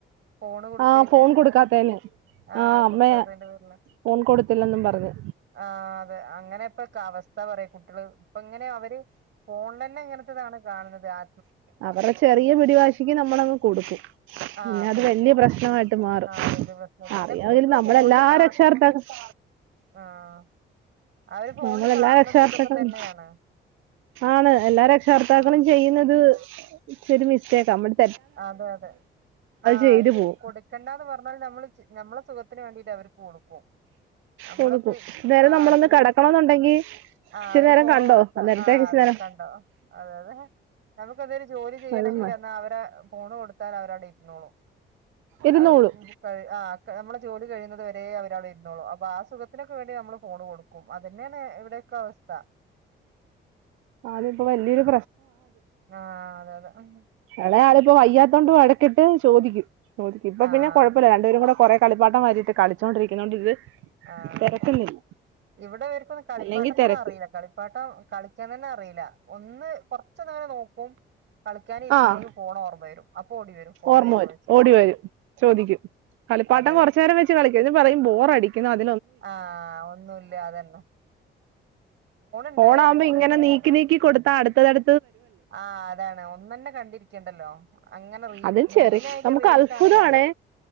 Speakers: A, on the right (about 65°); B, on the right (about 85°).
A: ഫോണ് കൊടുക്കായിട്ട്
B: ആഹ് ഫോൺ കൊടുക്കാത്തേന്
A: ആഹ്
B: ആ അമ്മ
A: കൊടുക്കാത്തതിന്റെ പേരിൽ
B: ഫോൺ കൊടുത്തില്ലെന്നും പറഞ്ഞ്
A: ആ അതെ അങ്ങ് <unintelligible> പ്പൊക്കെ അവസ്ഥ പറ കുട്ടികൾ ഇപ്പ ഇങ്ങനെ അവര് ഫോണിൽ തന്നെ ഇങ്ങനത്തെതാണ് കാണുന്നത് ആ
B: അവരെ ചെറിയ പിടിവാശിക്ക് നമ്മളങ് കൊടുക്കും
A: ആഹ്
B: പിന്നെ അത്
A: കൊടുക്കും
B: വലിയ പ്രശ്നമായിട്ട് മാറും
A: ആഹ് വല്യ പ്രശ്നായിട്ട്
B: അറിയാതിരുന്ന
A: പിന്നെ കുട്ടികള്
B: നമ്മൾ
A: ഫോണില്
B: എല്ലാ
A: കാ
B: രക്ഷർത്താക്കളും
A: ആഹ് അവര് ഫോണില്
B: നമ്മൾ
A: കാണുന്നതും
B: എല്ലാ രക്ഷകർത്താക്കളും
A: ഇതൊക്കെ തന്നെയാണ്
B: ആണ് എല്ലാ രക്ഷകർത്താക്കളും
A: ആഹ്
B: ചെയ്യുന്നത് ച്ചി രു മിസ്റ്റെക് <unintelligible>
A: അതെ അതെ ആഹ്
B: ചെയ്തു പോവും
A: കൊടുക്കണ്ടന്ന് പറഞ്ഞാല് നമ്മൾ ചെ നമ്മളെ സു സുഖത്തിനു വേണ്ടിട്ട് അവര് കൊടും നമ്മൾ
B: കൊടുക്കും
A: പ്പം
B: നേരെ
A: ആ
B: നമ്മളൊന്ന്
A: കു
B: കിടക്കണന്നുണ്ടെങ്കി
A: ആ
B: ഇച്ചിരി
A: വര്
B: നേരം
A: ഫോൺ
B: കണ്ടോ
A: കൊടുത്ത
B: അന്നേരത്തേക്ക്
A: ആ
B: ഇച്ചിരി
A: തെ
B: നേരം
A: കണ്ടോ അതെ അതെ നമ്മക്ക് രു ജോലി ചെയ്യാണെങ്കിൽ
B: അത് മതി
A: ന്ന ആ അവരെ ഫോണ് കൊടുത്താൽ അവര് അവിടെ ഇരുന്നോളും <unintelligible>
B: ഇരുന്നോളും
A: ആ നമ്മളെ ജോലി ക കഴിയുന്നതുവരെ അവർ അവിടെയിരുന്നോളും ആ സുഖത്തിനോക്കെ വേണ്ടി നമ്മൾ ഫോണ് കൊടുക്കും കും അതെന്നെ ഇവിടൊക്കെ അവസ്ഥ
B: അതിപ്പോ വലിയൊരു
A: ആഹ് അതെ <unintelligible>
B: എളയ ആള് ഇപ്പൊ വയ്യാത്തോണ്ട് വഴക്കിട്ട് ചോദിക്കും ചോദിക്കും ഇപ്പോ
A: ആഹ്
B: പിന്നെ കൊഴപ്പില്ല രണ്ടുപേരും കൂടെ കൊറെ കളിപ്പാട്ടം വാരിയിട്ട് കളിച്ചോണ്ടിക്കണോണ്ട് ഇത്
A: ആഹ്
B: തിരക്കുന്നില്ല
A: ഇവിടെ ഇവർക്കൊന്നും കളിപ്പാട്ടം
B: അല്ലെങ്കി
A: തന്നെ
B: തിരക്ക്
A: അറിയില, കളിപ്പാട്ടം കളിക്കാൻ തന്നെ അറിയില. ഒന്ന് കൊറച്ചങ്ങനെ നോക്കും കളിക്കാൻ ഇരിക്കുമ്പോഴേക്കും
B: ആഹ്
A: ഫോൺ ഓർമ്മ വരും അപ്പൊ ഓടി വരും ഫോണ്
B: ഓർമ്മ
A: തരുവോ
B: വെരും
A: ചോദിച്ചിട്ട്
B: ഓടി വെരും ചോദിക്കും കളിപ്പാട്ടം
A: അതെ
B: കൊറച്ച് നേരം വെച്ച് കളിക്കും <unintelligible> പറയും ബോറടിക്ക് <unintelligible>
A: ആഹ് ഒന്നും ഇല്ല അതന്നെ ഉണ്ടായ
B: ഫോൺ ആവുമ്പോ
A: അവർക്ക്
B: ഇങ്ങനെ നീക്കി നീക്കി കൊടുത്താ
A: ഉം
B: അടുത്തതടുത്
A: ആഹ് അതാണ് <unintelligible> കണ്ടിരിക്കണ്ടല്ലോ അങ്ങനെ റീൽ
B: അതും ചെറി
A: മെയിനായിട്ട്
B: നമുക്ക്
A: റീൽസ്
B: അത്ഭുതാണേ
A: ആണ് കാണാ